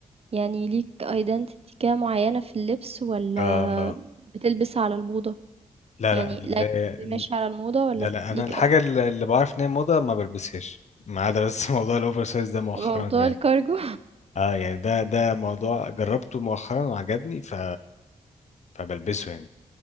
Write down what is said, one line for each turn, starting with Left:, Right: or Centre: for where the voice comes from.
Right: يعني ليك ايدنتيتي كده معينة في اللبس ولا
Left: اه اه
Right: بتلبس على الموضة
Left: لا
Right: يعني
Left: لا لا
Right: لا قصدي ماشي على الموضة ولا
Left: لا, لا. انا
Right: ليك
Left: الحاجة
Right: ايدنتيتي
Left: اللي اللي بعرف ان هي موضة ما بلبسهاش ما عدا بس <laughs> موضوع الاوفر سايز ده مؤخرا
Right: موضوع
Left: يعني
Right: الكارجو
Left: اه يعني ده ده موضوع جربته مؤخرا وعجبني ف فبلبسه يعني